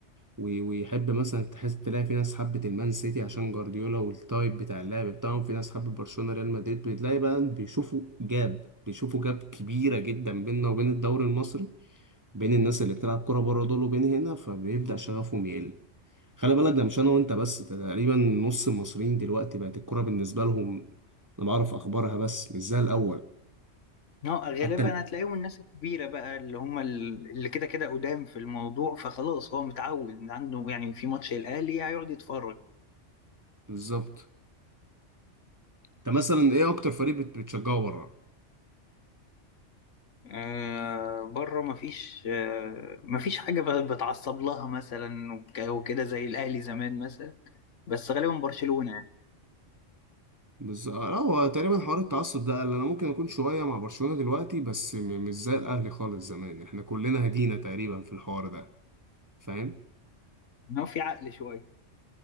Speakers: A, on the right; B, on the left.
A: و- ويحب مثلا تحس تلاقي في ناس حبت المان سيتي عشان جوارديولا والتايب بتاع اللعب بتاعهم في ناس حبت برشلونة ريال مدريد بتلاقي بقى بيشوفوا جاب بيشوفوا جاب كبيرة جدا بيننا وبين الدوري المصري بين الناس اللي بتلعب كرة بره دول وبين هنا فبيبدأ شغفهم يقل خلي بالك ده مش انا وانت بس ده تقريبا نص المصريين دلوقتي بقت الكرة بالنسبة لهم انا بعرف اخبارها بس مش زي الاول
B: اه غالبا
A: حتى ال...
B: هتلاقيهم الناس الكبيرة بقى اللي هما ال- اللي كده كده قدام في الموضوع فخلاص هو متعود إن عنده يعني في ماتش الأهلي هيقعد يتفرج
A: بالظبط انت مثلا ايه اكتر فريق بت- بتشجعه بره
B: آه، بره مفيش آه، مفيش حاجة ب- بتعصب لها مثلا وك- وكده زي الأهلي زمان مثلا بس غالبا برشلونة يعني
A: بس آه، لا هو تقريبا حوار التعصب ده قال انا ممكن اكون شويه مع برشلونه دلوقتي بس م- مش زي الاهلي خالص زمان احنا كلنا هدينا تقريبا في الحوار ده فاهم
B: إنما في عقل شوية